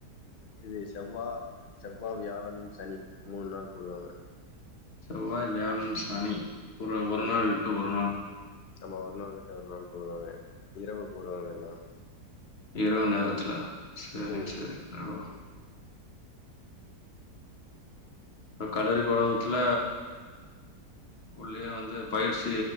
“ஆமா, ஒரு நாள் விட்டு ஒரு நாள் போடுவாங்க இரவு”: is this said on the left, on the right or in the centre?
Left